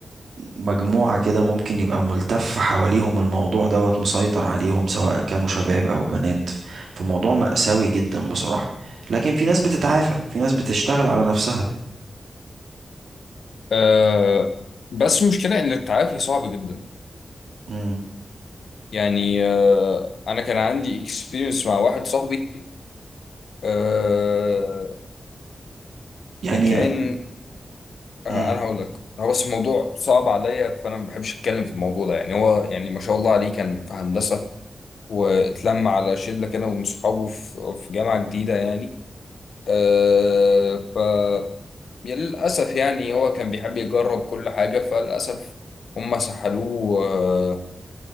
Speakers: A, on the right; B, on the left.
A: مجموعة كده ممكن يبقى ملتف حواليهم الموضوع دوت مسيطر عليهم سواء كانوا شباب أو بنات فالموضوع مأساوي جدا بصراحة لكن في ناس بتتعافى في ناس بتشتغل على نفسها
B: آه بس المشكله ان التعافي صعب جدا
A: مم.
B: يعني آه انا كان عندي اكسبيرينس مع واحد صاحبي آه
A: يعني
B: كان آه
A: مم.
B: انا هقول لك هو بس الموضوع صعب عليا فانا ما بحبش اتكلم في الموضوع ده يعني هو يعني ما شاء الله عليه كان في هندسه واتلم على شله كده من صحابه في في جامعه جديده يعني آه ف يا للأسف يعني هو كان بيحب يجرب كل حاجة فللأسف هم سحلوه آه،